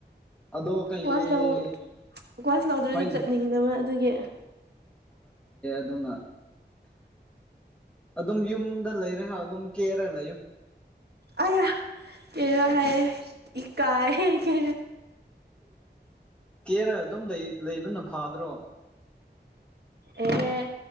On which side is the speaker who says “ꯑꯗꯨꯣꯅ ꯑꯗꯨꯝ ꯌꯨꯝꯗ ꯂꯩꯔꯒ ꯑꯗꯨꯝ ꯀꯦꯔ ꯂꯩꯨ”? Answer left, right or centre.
Centre